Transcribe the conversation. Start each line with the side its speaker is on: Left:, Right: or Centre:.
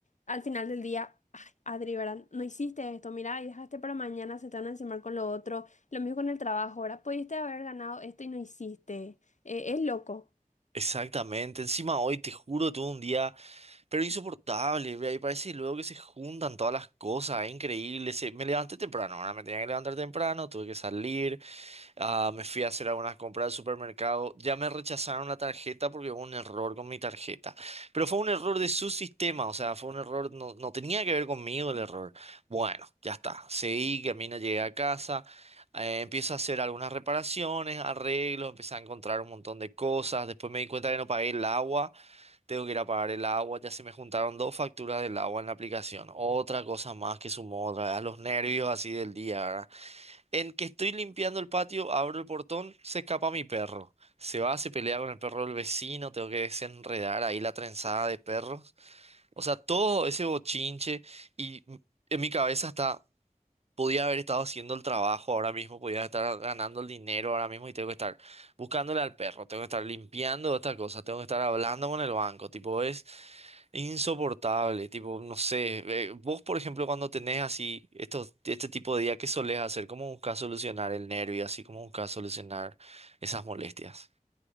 Left: al final del día. Ay, Adri, ¿verdad? No hiciste esto, mira, y dejaste para mañana, se te van a encimar con lo otro. Lo mismo con el trabajo, ahora pudiste haber ganado esto y no hiciste. Eh, es loco.
Right: Exactamente, encima hoy te juro tuve un día, pero insoportable, ve, y parece luego que se juntan todas las cosas, es increíble, se- me levanté temprano, ahora me tenía que levantar temprano, tuve que salir, Ah, me fui a hacer algunas compras al supermercado. Ya me rechazaron la tarjeta porque hubo un error con mi tarjeta. Pero fue un error de su sistema, o sea, fue un error, no, no tenía que ver conmigo el error. Bueno, ya está. Seguí, camino, llegué a casa. eh, empiezo a hacer algunas reparaciones, arreglos, empecé a encontrar un montón de cosas. Después me di cuenta que no pagué el agua. Tengo que ir a pagar el agua. Ya se me juntaron dos facturas del agua en la aplicación. Otra cosa más que sumó otra vez a los nervios así del día, ¿verdad? En que estoy limpiando el patio, abro el portón, se escapa mi perro. Se va, se pelea con el perro del vecino, tengo que desenredar ahí la trenzada de perros. O sea, todo ese bochinche y m- en mi cabeza está, podía haber estado haciendo el trabajo ahora mismo, podía estar ganando el dinero ahora mismo y tengo que estar buscándole al perro, tengo que estar limpiando esta cosa, tengo que estar hablando con el banco, tipo, es insoportable, tipo, no sé, eh, vos por ejemplo cuando tenés así estos, este tipo de día, ¿qué solés hacer? ¿Cómo buscas solucionar el nervio? Así cómo buscas solucionar esas molestias.